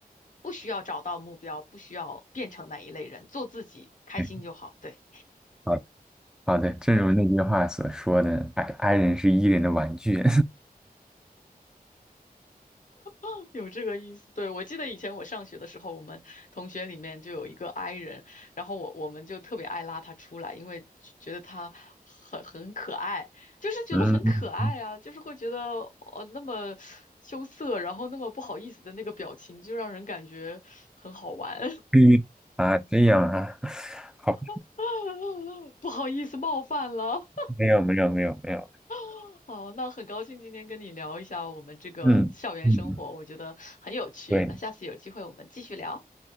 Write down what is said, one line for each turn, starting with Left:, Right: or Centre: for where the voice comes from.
Left: 不需要找到目标，不需要变成哪一类人，做自己开心就好。
Centre: OK，
Left: 对。
Centre: 好的好的，正如那句话所说的，i i 人是 e 人的玩具。
Left: <laughs> 有这个意思，对，我记得以前我上学的时候，我们同学里面就有一个 i 人，然后我我们就特别爱拉他出来，因为觉觉得他很很可爱，就是觉得很可爱啊，
Centre: <laughs> 嗯，嗯
Left: 就是会觉得哦那么羞涩，然后那么不好意思的那个表情，就让人感觉很好玩，
Centre: <laughs> 啊，这样啊，<laughs> 好，
Left: <laughs> 不好意思冒犯了。
Centre: 没有没有没有没有，
Left: <laughs> 好，那很高兴今天跟你聊一下我们这个校园生活，
Centre: 嗯嗯，
Left: 我觉得很有趣。
Centre: 对。
Left: 那下次有机会我们继续聊。